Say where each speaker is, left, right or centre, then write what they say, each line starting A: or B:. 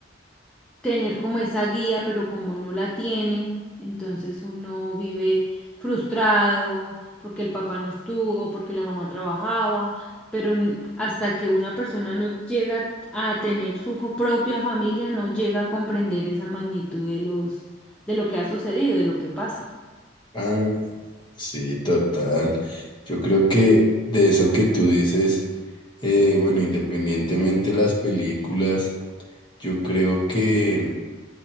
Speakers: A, in the centre; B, on the left.
A: tener como esa guía, pero como no la tiene, entonces uno vive frustrado porque el papá no estuvo, porque la mamá trabajaba, pero n- hasta que una persona no llega a tener su fo- propia familia, no llega a comprender esa magnitud de los, de lo que ha sucedido, de lo que pasa.
B: Ah, sí, total. Yo creo que de eso que tú dices, eh, bueno, independientemente de las películas, yo creo que